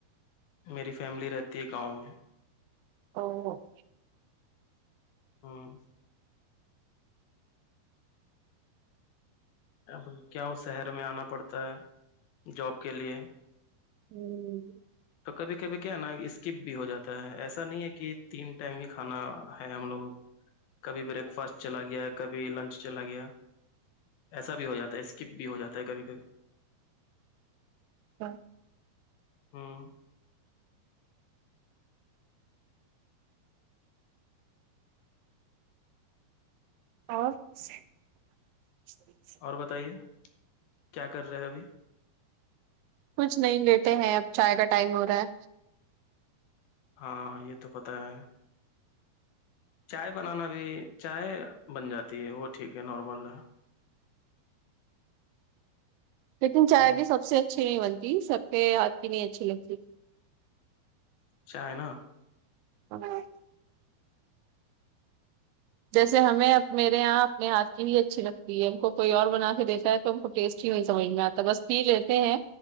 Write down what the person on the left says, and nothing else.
میری فیملی رہتی ہے گاؤں میں
ہاں ا کیا وہ شہر میں آنا پڑتا ہے جاب کے لیے
تو کبھی کبھی کیا ہے نا اسکپ بھی ہو جاتا ہے ایسا نہیں ہے کہ تین ٹائم ہی کھانا ہے ہم لوگوں کو کبھی بریک فاسٹ چلا گیا کبھی لنچ چلا گیا ایسا بھی ہو جاتا ہے اسکپ بھی ہو جاتا ہے کبھی کبھی
ہاں
اور بتائیے کیا کر رہے ہیں ابھی
ہاں یہ تو پتا ہے چائے بنانا بھی چائے بن جاتی ہے وہ ٹھیک ہے نارمل ہے
ہ
چائنا